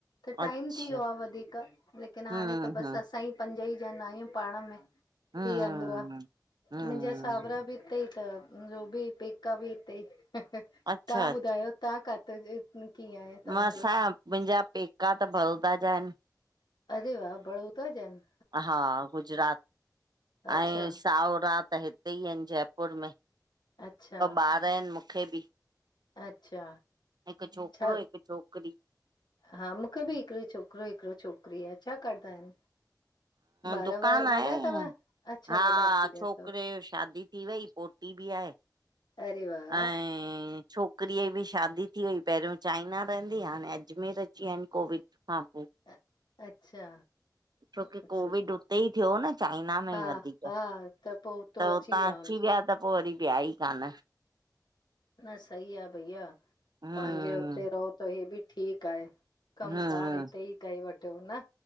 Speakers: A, on the left (about 75°); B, on the right (about 65°).
A: त
B: अच्छा
A: टाइम थी वियो आ वधीक लेकिन
B: हम्म
A: हाणे त बस
B: हम्म
A: असां ई पंज ई ॼणा आहियूं पाण में
B: हम्म
A: थी वेंदो आ
B: हम्म
A: मुंहिंजा सावरा बि हितेई त उ बि पेका बि हितेई
B: अच्छा
A: तां ॿुधायो तां काथे जा कीअं आहे तव्हांजो?
B: मसां मुंहिंजा पेका त बड़ौदा जा आहिन
A: अरे वाह बड़ौदा जा आहिन
B: हा गुजरात
A: अच्छा
B: ऐं साहुरा त हिते ई आहिन जयपुर में ॿ
A: अच्छा
B: ॿार ॿ आहिन मूंखे भी।
A: अच्छा
B: हिक छोकरो
A: छा
B: हिक छोकरी
A: हा मुंखे भी हिक छोकरो हिक छोकरी आ। छा कंदा आहिन ॿार
B: दुकानु आहे
A: वॾा तव अच्छा
B: हा
A: वॾा थी विया
B: छोकरे
A: तव
B: जी शादी थी वई पो <unintelligible> भी आहे
A: अरे वाह
B: ऐं छोक छोकरीअ जी बि शादी थी वई। पहरियों चाइना रहंदी हुई हाणे अजमेर अची विया आहिन कोविड खां पोए।
A: अ अच्छा।
B: छोकी
A: एक्सेल।
B: कोविड उते ई थियो न चाइना में
A: हा
B: ई वधीक
A: हा
B: त
A: पो हुतो
B: हुतां
A: हूंदा
B: अची विया त पोइ वरी व्या ई कान।
A: न सही आ भैया
B: हम्म
A: पंहिंजे हुते रहो त हे बि ठीकु आहे। कम
B: हम्म
A: कार हिते ई कई वठो न।